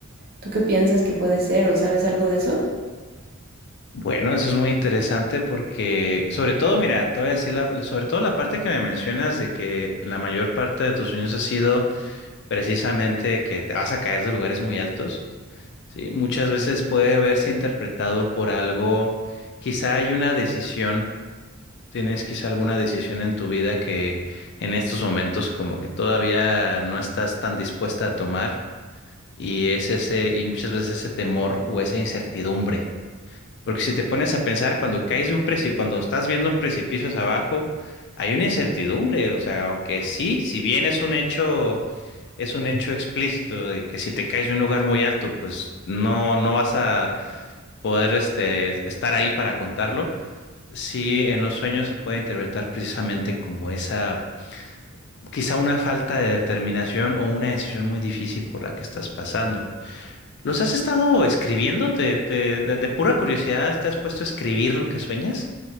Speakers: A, on the right; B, on the left.
A: ¿tú qué piensas que puede ser o sabes algo de eso?
B: Bueno, eso es muy interesante porque, sobre todo, mira, te voy a decir, la- la- sobre todo la parte que me mencionas de que la mayor parte de tus sueños ha sido precisamente que te vas a caer de lugares muy altos, ¿sí? Muchas veces puede verse interpretado por algo, quizá hay una decisión. ¿Tienes quizá alguna decisión en tu vida que en estos momentos como que todavía no estás tan dispuesta a tomar? Y es ese, y muchas veces ese temor o esa incertidumbre. Porque si te pones a pensar, cuando caes de un precipicio, cuando estás viendo un precipicio hacia abajo, hay una incertidumbre. O sea, aunque sí, si bien es un hecho, es un hecho explícito de que si te caes de un lugar muy alto, pues no, no vas a poder este, estar ahí para contarlo. Sí, en los sueños se puede interpretar precisamente como esa, quizá una falta de determinación o una decisión muy difícil por la que estás pasando. ¿Los has estado escribiendo? ¿Te, te- de, de pura curiosidad te has puesto a escribir lo que sueñas?